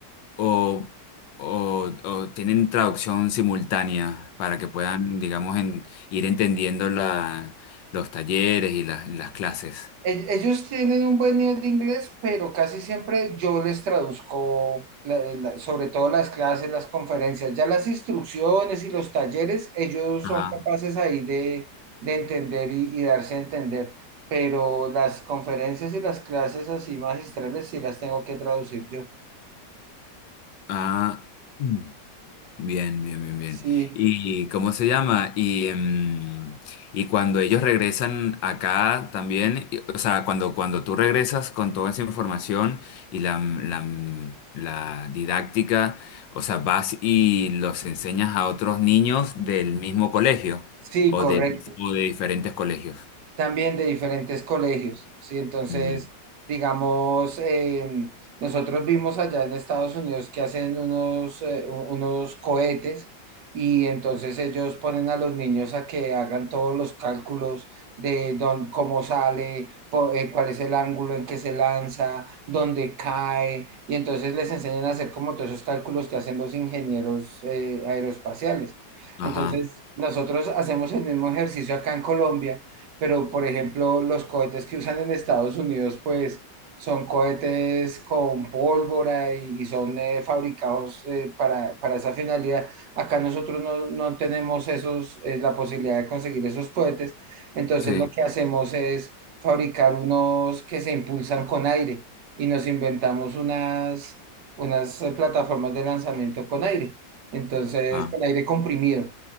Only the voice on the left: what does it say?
o, o, o tienen traducción simultánea para que puedan, digamos, en- ir entendiendo la, los talleres y las las clases.
Ajá.
Ah. mm. Bien, bien, bien, bien.
¿Y cómo se llama? Y, em, y cuando ellos regresan acá también, y- o sea, cuando, cuando tú regresas con toda esa información y la, la, la didáctica, o sea, vas y los enseñas a otros niños del mismo colegio
o
de, o de diferentes colegios.
Ujú.
Ajá,
sí,
ah,